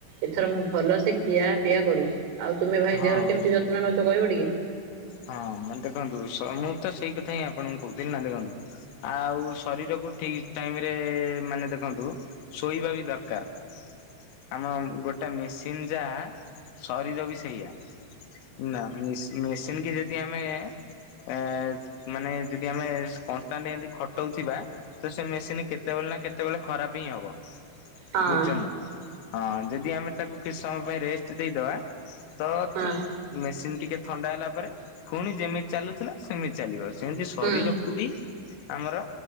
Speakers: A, on the right (about 80°); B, on the left (about 80°).
A: ଏଥର ମୁଁ ଭଲସେ ଖିଆ ପିଆ କରୁଛି। ଆଉ ତୁମେ ଭାଇ
B: ହଁ।
A: ଦେହର କେମିତି ଯତ୍ନ ନଉଛ କହିବ ଟିକେ?
B: ହଁ ମାନେ ଦେଖନ୍ତୁ ସ ମୁଁ ତ ସେଇ କଥା ହିଁ ଆପଣଙ୍କୁ କହୁଥିଲି ନା ଦେଖନ୍ତୁ। ଆଉ ଶରୀରକୁ ଠିକ ଟାଇମ ରେ ମାନେ ଦେଖନ୍ତୁ। ଶୋଇବା ବି ଦରକାର। ଆମ ଗୋଟେ ମେସିନ ଯା ସରିର ବି ସେୟା ନା ମି ମେ ତେଣକିି ଯଦି ଆମେ ଏ ମାନେ ଯଦି ଆମେ ତାନେ ଏମିତି ଖଟଉଥିବା ତ ସେ ମେସିନ କେତେବେଳେ ନା କେତେବେଳେ ଖରାପ ହିଁ ହବ। ବୁଝୁଚନ୍ତନା
A: ହଁ
B: ହଁ ଯଦି ଆମେ ତାକୁ କିଛି ସମୟ ପାଇଁ ରେଷ୍ଟ ଦେଇଦବା ତ
A: ହଁ
B: ମେସିନ ଟିକେ ଥଣ୍ଡା ହେଲା ପରେ ପୁଣି ଯେମିତି ଚାଲୁଥିଲା ସେମିତି ଚାଲିବ। ସେମିତି ଶରୀରକୁ
A: ହୁଁ
B: ବି ଆମର